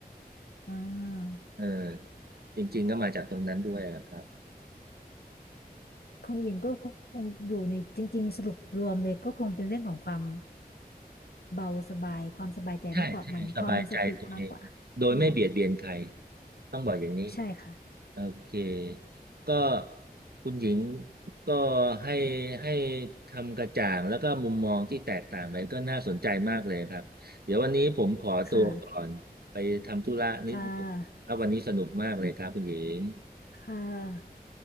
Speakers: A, on the left; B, on the right.
A: อืม
B: เออจริงๆก็มาจากตรงนั้นด้วยนะครับ
A: ของหญิงก็คงอยู่ในจริงๆสรุปรวมเลยก็คงเป็นเรื่องของความ เบาสบายความสบายใจมากกว่าเหมือนความมีสติมากกว่าอืม
B: ใช่ใช่สบายใจตัวเองโดยไม่เบียดเบียนใครต้องบอกอย่างนี้
A: ใช่ค่ะ
B: โอเคก็คุณหญิงก็ให้ให้คำกระจ่างแล้วก็มุมมองที่แตกต่างไปก็น่าสนใจมากเลยครับเดี๋ยววันนี้ผมขอตัวก่อนไปทำธุระนิดนึงแล้ววันนี้สนุกมากเลยครับคุณหญิง
A: ค่ะค่ะค่ะ